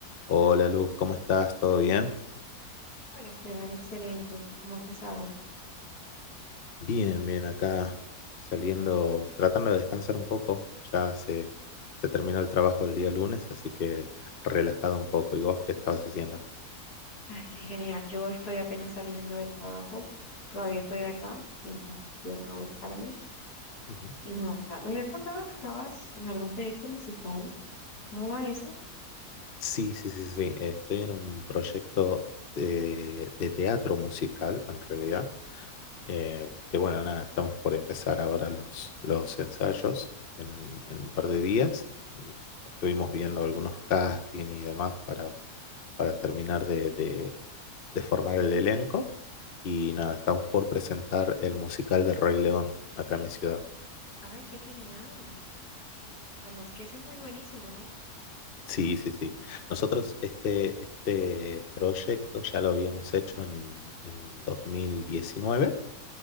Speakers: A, on the left; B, on the left.
A: Hola Luz, ¿cómo estás? ¿Todo bien?
B: Hola Esteban, excelente. ¿Cómo ha pasado?
A: Bien, bien, acá saliendo, tratando de descansar un poco. Ya se, se terminó el trabajo del día lunes, así que relajado un poco. ¿Y vos qué estabas haciendo?
B: Ay, qué genial. Yo estoy apenas saliendo del trabajo. Todavía estoy acá mientras llegan a buscarme.
A: Ujú.
B: Y nada, me habías contado que estabas en algún proyecto musical. ¿Cómo va eso?
A: Sí, sí, sí, sí. Estoy en un proyecto de, de teatro musical, en realidad. eh, que bueno, nada, estamos por empezar ahora los, los ensayos en, en un par de días. Mm, Estuvimos viendo algunos castings y demás para, para terminar de, de de formar el elenco y nada, estamos por presentar
B: Mm.
A: el musical de Rey León acá en mi ciudad.
B: Ay, qué genial. Además que ese es muy buenísimo, ¿no?
A: Sí, sí, sí. Nosotros este, este proyecto ya lo habíamos hecho en, en 2019,